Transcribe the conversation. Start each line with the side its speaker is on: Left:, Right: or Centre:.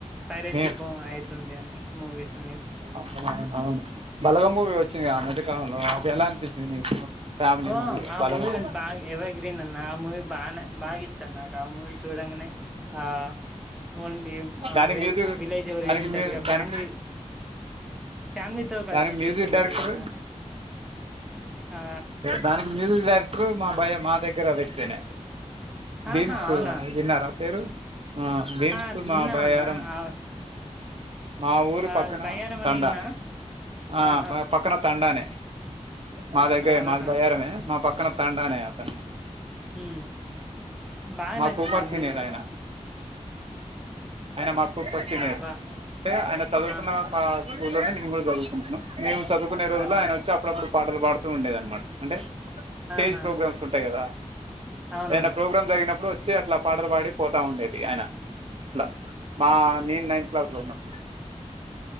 Centre: పైరసీ
Right: మే
Centre: ఫో అయితుంది అన్ని మూవీస్ అన్ని
Right: అవును అవును అవును బలగం మూవీ వచ్చిందిగా ఆ మధ్యకాలంలో అది ఎలా అనిపించింది నీకు ఫ్యామిలీ
Centre: ఓ
Right: మూవీ
Centre: ఆ
Right: బలగం
Centre: మూవి బా ఎవర్గ్రీన్ అన్న ఆ మూవి బా న భాగిష్టం నాకు ఆ మూవి చూడంగనే ఆ ఓన్లీ
Right: దాని
Centre: వి
Right: మ్యూజిక్
Centre: విలేజ్ ఓరియంటర్గా
Right: దానికి మ్యూ దానికి
Centre: ఫ్యామిలీ ఫ్యామిలీతో కలిసి
Right: దానికి మ్యూజిక్
Centre: చూసే
Right: డైరెక్టర్
Centre: మూవీ అన్న అది ఆ
Right: దానికి మ్యూజిక్ డైరెక్టర్ మా భయ మా దగ్గర వ్యక్తేనే
Centre: ఆహా
Right: భీమ్స్
Centre: అవునా
Right: విన్నారా పేరు ఆ భీమ్స్
Centre: ఆ
Right: మా
Centre: ఇన్నాం
Right: బయ్యారం
Centre: అన్న ఆ
Right: మా ఊరు
Centre: ఆ
Right: పక్కన
Centre: బయ్యారం
Right: తండా
Centre: అని ఇన్నా
Right: ఆ
Centre: ఆహా
Right: ప పక్కన తండానే మా
Centre: ఆహా
Right: దగ్గరే
Centre: అలానా
Right: మాది బయ్యారమే మా పక్కన తండానే అతను
Centre: ఉ బాగా
Right: మా
Centre: నచ్చింది
Right: సూపర్
Centre: ఆ ముూవి
Right: సీనియర్ ఆయన ఆయన మాకు కొచ్చిదార్
Centre: అబ్బా
Right: అంటే ఆయన చదువుకున్న
Centre: ఆ
Right: స్కూల్లో నే నేను కూడా చదువుకొంటున్నా మేము చదుకునే రోజుల్లో
Centre: అలానా
Right: అయిన వచ్చి అప్పుడప్పుడు పాటలు పాడుతూ ఉండేది అనమాట అంటే స్టేజ్
Centre: ఆహా
Right: ప్రోగ్రామ్స్ ఉంటాయి కదా
Centre: అవునవును
Right: ఏదైనా ప్రోగ్రాం జరిగినప్పుడు వచ్చి అట్లా పాటలు పాడి పోతా ఉండేది ఆయన ట్లా మా నేను నైన్త్ క్లాస్లో ఉన్నప్పుడూ